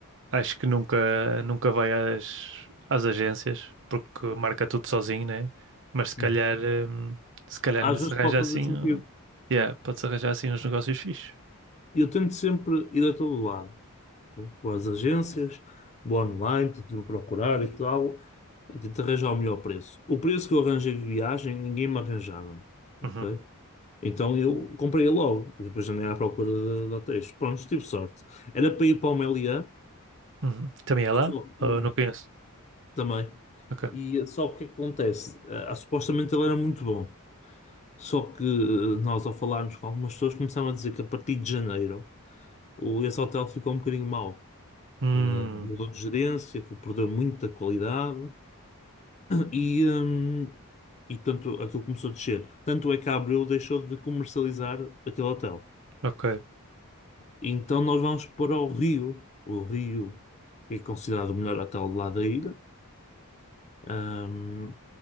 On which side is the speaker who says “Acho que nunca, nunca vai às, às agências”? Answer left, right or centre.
Right